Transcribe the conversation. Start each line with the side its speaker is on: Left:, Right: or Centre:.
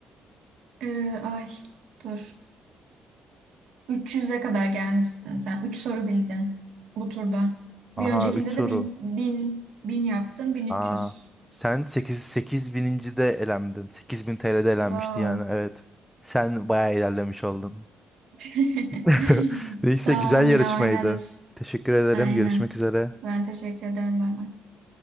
Right: Ee, ay dur. 300'e kadar gelmişsin sen. 3 soru bildin bu turda.
Centre: Aha
Right: Bir öncekinde
Centre: 3 soru.
Right: de bin bin 1000 yaptın 1300.
Centre: Aa, sen sekiz sekiz bininci de elendin. 8000 TL'de elenmişti
Right: Wow.
Centre: yani evet. Sen bayağı ilerlemiş oldun.
Right: <laughs>
Centre: <laughs> Neyse
Right: Tamam
Centre: güzel
Right: yine
Centre: yarışmaydı.
Right: oynarız.
Centre: Teşekkür ederim.
Right: Aynen.
Centre: Görüşmek üzere.
Right: Ben teşekkür ederim. Bay bay.